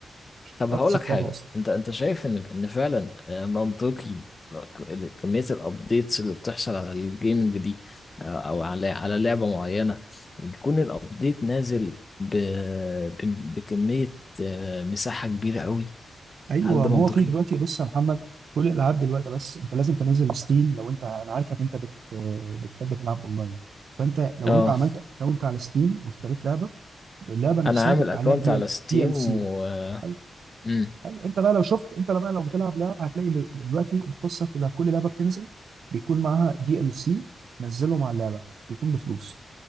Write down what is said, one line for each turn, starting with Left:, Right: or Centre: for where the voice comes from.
Right: مش
Left: طب
Right: هتعرف
Left: هقول
Right: تسطبها
Left: لك حاجة
Right: اصلا
Left: انت انت شايف ان ان فعلا آه، منطقي آه، كمية الابديتس اللي بتحصل على الجيمنج دي آه، او على على لعبة معينة ويكون الابديت نازل ب... ب... بكمية آه، مساحة كبيرة قوي
Right: ايوه
Left: هل ده
Right: ما
Left: منطقي؟
Right: هو في دلوقتي بص يا محمد كل الالعاب دلوقتي بس انت لازم تنزل ستيم لو انت انا عارفك انت بت... بتحب تلعب اونلاين فانت لو
Left: اه
Right: انت عملت اكونت على ستيم واشتريت لعبه اللعبه نفسها
Left: انا عامل
Right: بيبقى
Left: اكونت
Right: عليها دي
Left: على
Right: ال
Left: ستيم
Right: دي ال
Left: و
Right: سي حلو
Left: مم.
Right: حلو انت بقى لو شفت انت بقى لو بتلعب لعبه هتلاقي ل- دلوقتي القصه كلها كل لعبه بتنزل بيكون معاها دي ال سي نزله مع اللعبه بيكون بفلوس